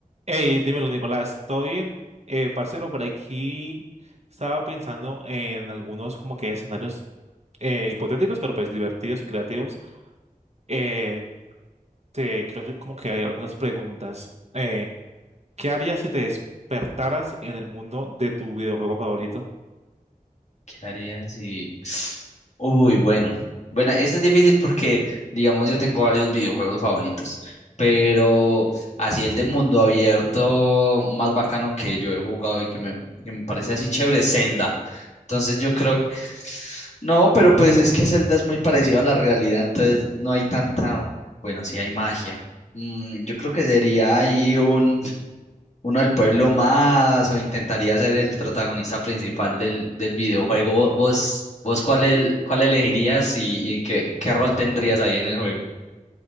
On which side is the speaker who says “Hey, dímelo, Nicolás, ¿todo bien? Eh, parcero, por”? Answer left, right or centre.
Right